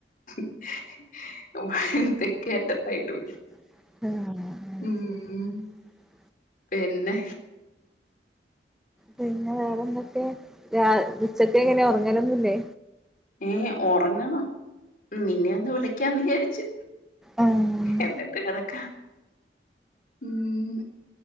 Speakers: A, on the left; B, in the centre.
A: <unintelligible> <unintelligible>
B: ആഹ്
A: ഉം പിന്നെ
B: പിന്നെ വേറെന്തൊക്കെ രാ ഉച്ചത്തെ എങ്ങനെ ഉറങ്ങലൊന്നില്ലേ
A: ഏ ഉറങ്ങണം നിന്നെ ഒന്ന് വിളി വിളിക്കാന്നുവിചാരിച്ചു
B: ആഹ്
A: എന്നിട്ട കെടക്കാം ഉം